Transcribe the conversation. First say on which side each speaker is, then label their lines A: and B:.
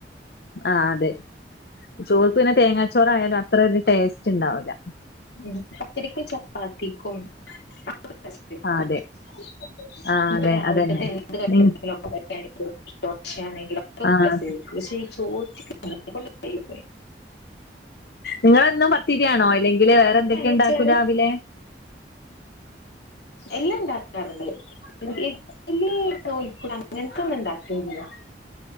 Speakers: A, on the left (about 60°); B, on the left (about 75°).
A: ആഹ അതെ ചോറ്ക്ക് പിന്നെ തേങ്ങാച്ചോറായാലും അത്ര ഒരു ടേസ്റ്റ് ഉണ്ടാവൂല്ല
B: ഉം പത്തിരിക്കും ചപ്പാത്തിക്കും <unintelligible>
A: ആഹ് അതെ ആഹ് അതെ അതന്നെ നി ആഹ്
B: <unintelligible>
A: നിങ്ങളെന്നും പത്തിരിയാണോ അല്ലെങ്കില് വേറെ എന്തൊക്കെ
B: ഭയങ്കര
A: ഉണ്ടാക്കും രാവിലെ
B: എല്ലാ ണ്ടാക്കാറുണ്ട് ഇഡലി <inaudible> അങ്ങനത്തൊന്നും ഉണ്ടാക്കില്ല